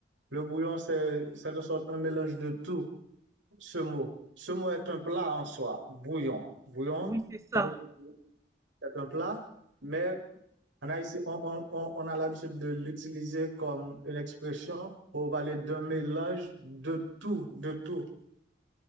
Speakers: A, on the right; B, on the right.
A: le bouillon, c'est, c'est de sorte un mélange de tout, ce mot. Ce mot est un plat en soi, bouillon. Bouillon,
B: Oui, c'est
A: quand
B: ça.
A: on dit bouillon, c'est un plat, mais en Haïti, on, on, on on a l'habitude de l'utiliser comme une expression pour parler d'un mélange de tout, de tout.